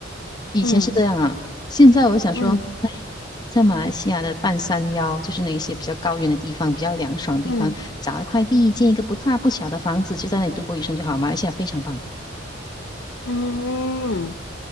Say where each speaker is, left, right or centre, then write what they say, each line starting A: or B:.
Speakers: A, on the left; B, on the left.
A: 以前是这样啊，
B: 嗯
A: 现在我想说，
B: 嗯
A: 哎，在马来西亚的半山腰，就是那一些比较高原的地方，比较凉爽的地方，
B: 嗯嗯
A: 找一块地，建一个不大不小的房子，就在那里度过余生就好。马来西亚非常棒，
B: 嗯。